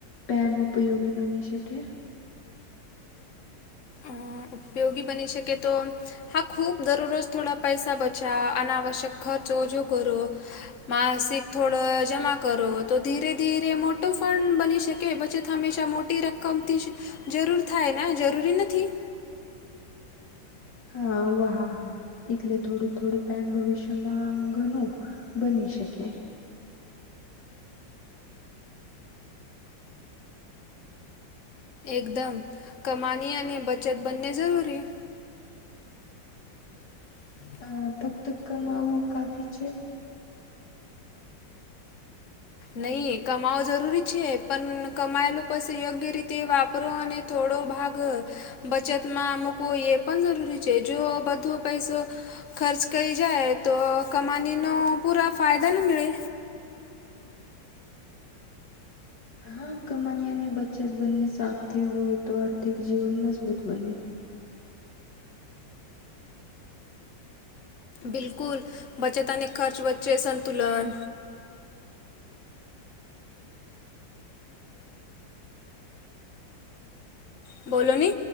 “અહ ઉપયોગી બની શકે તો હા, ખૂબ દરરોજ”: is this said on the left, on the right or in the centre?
Left